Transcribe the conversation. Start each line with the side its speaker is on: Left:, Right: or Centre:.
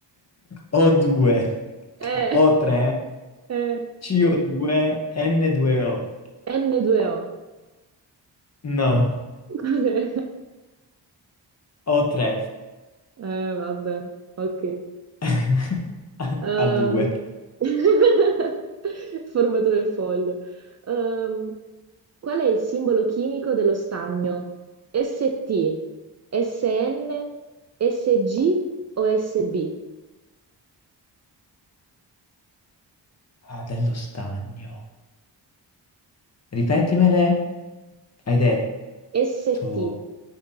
Left: O2,
Right: Eh,
Left: O3,
Right: eh.
Left: CO2, N2O. <laughs>
Right: N2O.
Left: No,
Right: Cos'è? <laughs>
Left: O3.
Right: Eh, vabbè. Ok.
Left: <laughs>
Right: Ehm,
Left: A due.
Right: <laughs> formato del foglio. Ehm, qual è il simbolo chimico dello stagno? ST, SN, SG o SB?
Left: Ah, dello stagno. Ripetimele. Hai
Right: ST,
Left: detto